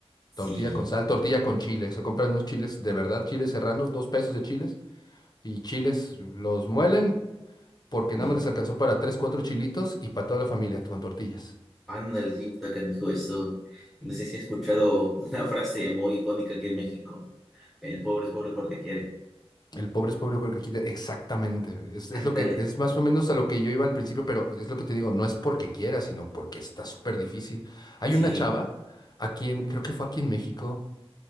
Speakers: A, in the centre; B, on the left (about 40°).
A: Sí,
B: Tortilla con sal, tortilla con chile. Se compran unos chiles, de verdad, chiles serranos, dos pesos de chiles, y chiles los muelen porque
A: y
B: nada más les alcanzó para tres, cuatro chilitos y para toda la familia con tortillas.
A: ándale, sí, está canijo eso. No sé si has escuchado una frase muy icónica aquí en México, el pobre es pobre porque quiere.
B: El pobre es pobre porque quiere. Exactamente. Es, es
A: Ándale,
B: lo que, es más o menos a lo que yo iba al principio, pero es lo que te digo, no es porque quiera, sino porque está súper difícil. Hay
A: sí,
B: una chava aquí en, creo que fue aquí en México.